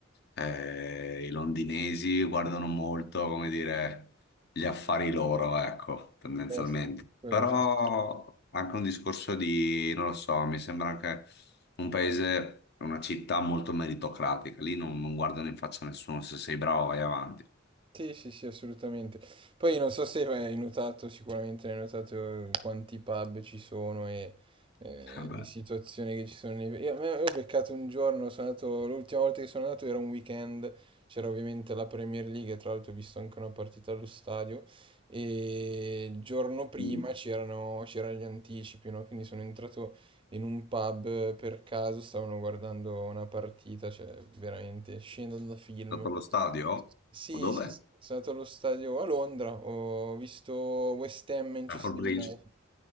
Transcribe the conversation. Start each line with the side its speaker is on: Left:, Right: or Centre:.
Left: eh, i londinesi guardano molto, come dire, gli affari loro, ecco, tendenzialmente.
Right: Eh sì, quello
Left: Però
Right: sì.
Left: anche un discorso di, non lo so, mi sembra anche un paese, una città molto meritocratica. Lì non, non guardano in faccia a nessuno, se sei bravo vai avanti.
Right: Sì, sì, sì, assolutamente. Poi non so se hai notato, sicuramente hai notato quanti pub ci sono e eh,
Left: Vabbè.
Right: le situazioni che ci sono. nei- Io, io ho beccato un giorno, sono andato, l'ultima volta che sono andato era un weekend, c'era ovviamente la Premier League, e tra l'altro ho visto anche una partita allo stadio e il giorno prima
Left: Mm.
Right: c'erano c'erano gli anticipi, no? Quindi sono entrato in un pub eh, per caso, stavano guardando una partita, cioè veramente scena da film.
Left: Stato allo stadio?
Right: Sì,
Left: O dove?
Right: sì, sì, sono stato allo stadio a Londra, ho visto West Ham Manchester
Left: Stanford Bridge.
Right: United.